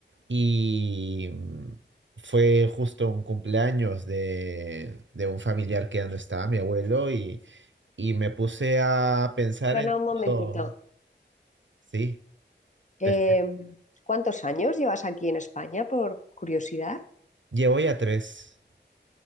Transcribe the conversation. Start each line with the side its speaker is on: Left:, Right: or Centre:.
Right: Y mm, fue justo un cumpleaños de, de un familiar que ya no estaba, mi abuelo, y, y me puse a pensar
Left: Perdona
Right: en
Left: un momentito.
Right: todo. Sí,
Left: Eh,
Right: te-
Left: ¿cuántos años llevas aquí en España, por curiosidad?
Right: llevo ya tres.